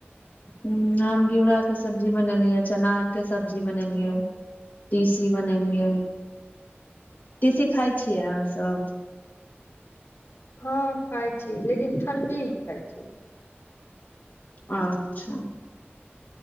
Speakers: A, on the left (about 40°); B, on the left (about 70°).
A: हुँ हम घिउराकेँ सब्जी बनेलियै चनाकेँ सब्जी बनेलियै तीसी बनेलियै तीसी खाइ छियै अहाँसभ
B: हँ खाइत छीयै लेकिन ठण्ढीमे खाइत छीयै
A: अच्छा